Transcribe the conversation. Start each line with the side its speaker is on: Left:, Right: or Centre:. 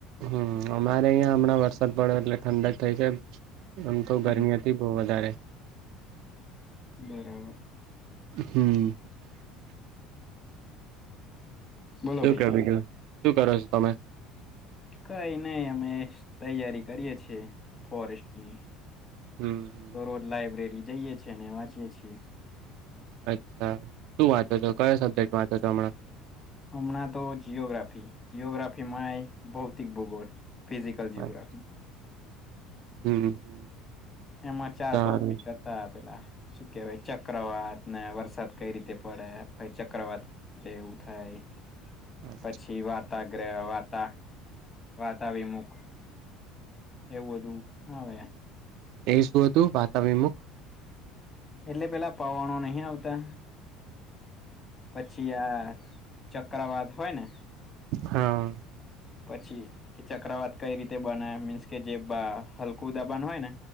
Right: હમ અમારે અહીંયા હમણાં વરસાદ પડયો એટલે ઠંડક થઈ છે આમ તો
Left: હમ
Right: ગરમી હત થી બહુ વધારે.
Left: બરાબર.
Right: હમ.
Left: બોલો
Right: શું
Left: ભાઈ
Right: કે બીજુ શું કરો છો તમે?
Left: કઈ નઈ અમે તૈયારી કરીએ છીએ. ફોરેસ્ટની
Right: હમ
Left: તો રોજ લાઈબ્રેરી જઈએ છે ને વાંચીયે છીએ.
Right: અચ્છા શું વાંચો છો કયો સબ્જેક્ટ વાંચો છો હમણાં.
Left: હમણાં તો જિઓગ્રાફી જિઓગ્રાફીમાંય ભૌતિક ભૂગોળ. ફિઝિકલ
Right: હમણાં
Left: જિ્યોગ્રાફી.
Right: હમ.
Left: એમાં ચાર
Right: સારું
Left: ટોપિક હત તા પેલા શું કેહેવાય ચક્રવાત ને વરસાદ કઈ રીતે પડે પહી ચક્રવાત રીતે એવું થાય
Right: અચ્છા.
Left: પછી વાત વાગ્ર રે વાતા વાતા વિમુખ એવું બધું આવે.
Right: એ શું હતું વાતાવિમુખ
Left: એટલે પેલા પવનો નહી આવતા પછી આ ચક્રવાત હોય ને
Right: હા.
Left: પછી એ ચક્રવાત કઈ રીતે બને મીન્સ કે જે બા હલકું દબાાન હોય ને